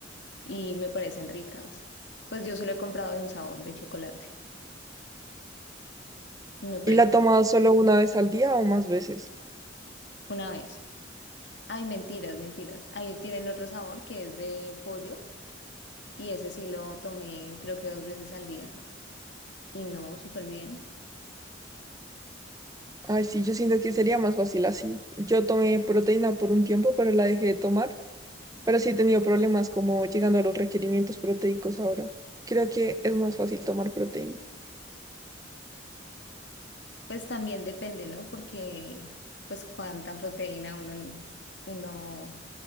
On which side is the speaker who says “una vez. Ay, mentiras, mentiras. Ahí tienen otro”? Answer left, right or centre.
Left